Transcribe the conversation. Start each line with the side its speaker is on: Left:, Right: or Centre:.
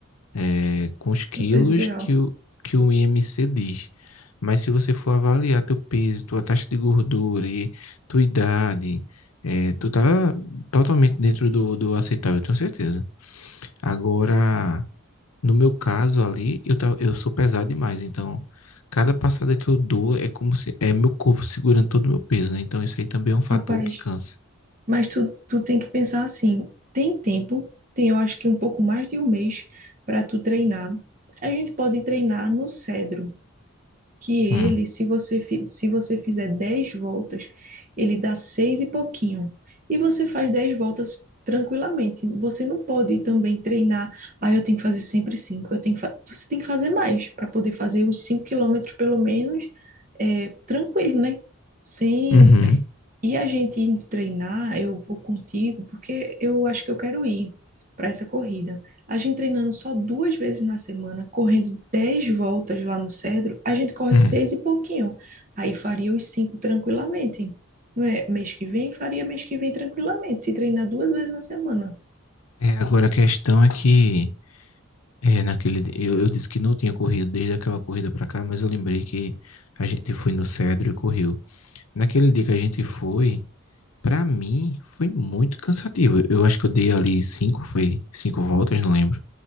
Left: é, com os quilos
Right: no peso ideal.
Left: que o, que o IMC diz. Mas se você for avaliar teu peso, tua taxa de gordura e tua idade, é, tu tá totalmente dentro do, do aceitável, eu tenho certeza. Agora, no meu caso ali, eu, tava, eu sou pesado demais, então cada passada que eu dou é como se é meu corpo segurando todo o meu peso, né? Então isso aí também é um fator
Right: Rapaz,
Left: que cansa.
Right: mas tu, tu tem que pensar assim, tem tempo, tem eu acho que um pouco mais de um mês para tu treinar. A gente pode treinar no Cedro. que ele,
Left: Hum.
Right: se você, fi- se você fizer 10 voltas, ele dá 6 e pouquinho. E você faz 10 voltas tranquilamente. Você não pode também treinar, ah, eu tenho que fazer sempre cinco Eu tenho que fa-". Você tem que fazer mais para poder fazer os 5 quilômetros, pelo menos, é, tranquilo, né? Sem
Left: Uhum.
Right: e a gente indo treinar, eu vou contigo, porque eu acho que eu quero ir para essa corrida. A gente treinando só duas vezes na semana, correndo dez voltas lá no Cedro, a gente corre
Left: Hum.
Right: seis e pouquinho. Aí faria os cinco tranquilamente. Não é? Mês que vem, faria mês que vem tranquilamente, se treinar duas vezes na semana.
Left: É, agora a questão é que É, naquele, eu, eu disse que não tinha corrido desde aquela corrida pra cá, mas eu lembrei que a gente foi no Cedro e correu. Naquele dia que a gente foi, pra mim, foi muito cansativo. Eu acho que eu dei ali cinco, foi cinco voltas, não lembro.